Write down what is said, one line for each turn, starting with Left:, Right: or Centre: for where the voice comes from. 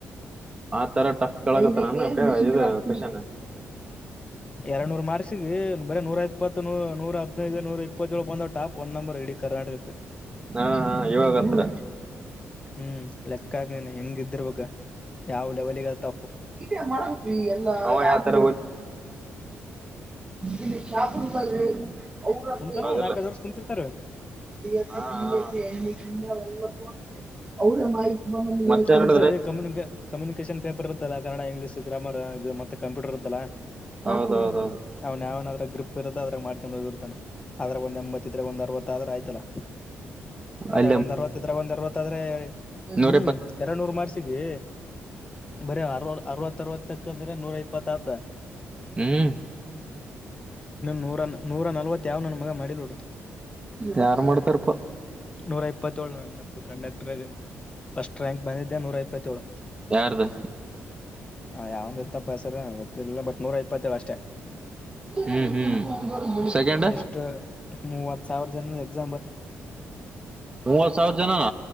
Right: ಆತರ ಟಫ್ ಕೆಳಗತ್ತ ನ ಇ ಕನ್
Left: ಎರಡ್ ನೂರ್ ಮಾರ್ಕ್ಸಿಗೆ ಬರ ನೂರ ಇಪ್ಪತ್ೂ ನೂರ ಹದ್ಿನೈದು ನೂರ ಇಪ್ಪತ್ತೊಳಗೆ ಬಂದವ್ ಟಾಪ್ ಫೋನ್ ನಂಬರ್ ಡಿ ಕರ್ನಾಟಕಕ್ಕೆ
Right: ಹಾ ಹಾ ಇವಾಗ ಅತ್ರ
Left: ಹ್ಮ್ ಲೆಕ್ಕ ಆಗ್ಲೇನ್ ಹೆಂಗ ಇದರ್ಬೇಕ ಯಾವ ಲೆವೆಲ್ಗ ಅಲ್ತ
Right: ಯಾವರ ಹದಿರ ಇನ್ನು ಚಾಪಿಡ್ಬದು ಹೌದು
Left: ಕುಂತಾನ ನಾಲ್ಕೈದು
Right: ಅಲ್ಲ
Left: ವರ್ಷ ಕುಂತಿರ್ತಾರ
Right: ಹ ಹ ಹ ಅವರ ಮಾಹತಿ
Left: ಅದನ್ನ ಸರಿ ಕಮ್ಯುನಿಕ ಕಮ್ಯುನಿಕೇಶನ್ ಪೇಪರ್ ಇದ್ದಲ್ಲ ಕನ್ನಡ ಇಂಗ್ಲೀಷ್ ಗ್ರಾಮರ್ ಇದು ಮತ್ತೆ ಕಂಪ್ಯೂಟರ್ ಇದ್ದಲ್ಲ
Right: ಹೌದೌದೌದು
Left: ಅವನ ಅವನಲ್ಲ ಗ್ರಪ್ ಇರೋದ ಅದ್ರಾಗ ಮಾಡ್ಕೊಂಡ್ ಹೋಗಿರ್ತಾನ ಅದ್ರಾಗ ಒಂದ್ ಎಂಬತ್ ಇದ್ರ ಒಂದ್ ಅರವತ್ತ ಆದ್ರ ಆಯತಲ್ಲ ಅದ್ರಾಗ
Right: ಅಲ್ಲಿ
Left: ಒಂದ್ ಅರವತ್ ಇದ್ರಾಗ ಒಂದ್ ಅರವತ್ ಆದ್ರೆ
Right: ನೂರ
Left: ಹ್ಮ್
Right: ಎಪ್ಪ
Left: ಎರಡ್ ನೂರು ಮಾಡ್ಸಿಗೆ ಬರ ಅ ಅರವರವತ್ತಕ್ಕ ್ರ ನೂರ ಇಪ್ಪತ್ತ
Right: ಹ್ಮ್
Left: ನೂರ ನೂರ ನಲ್ವತ್ ಯಾವ ನನ್ ಮಗ ಮಾಡಿಲೋಡು
Right: ಯಾರ್ ಮಾಡ್ತಾರಪ್ಪ
Left: ನೂರ ಇಪ್ಪತ್ತೇಳು ನ ನಮ ಕಂಡಕ್ಟರ್ ಪ್ಸ್ಟ್ ರ್ಯಾಂಕ್ ಬಂದಿದ್ದೆ ನೂರ ಇಪ್ಪತ್ತೇಳು
Right: ಯಾರ್ದು
Left: ಹ ಯಾವಂದ್ ಇತ್ತಪ್ಪಾ ಸಸರ ಗೊತ್ತಿರ್ಲಿಲ್ಲ ಬಟ್ ನೂರ ಇಪ್ಪತ್ತೇಳು ಅಷ್ಟೇ
Right: ಹ್ಮ್ ಹ್ಮ್ ಸೆಕೆಂಡ್
Left: ಎಷ್ಟ ಮೂವತ್ ಸಾವಿರ ಜನದ
Right: ಮೂವತ್ ಸಾವಿರ ಜನನ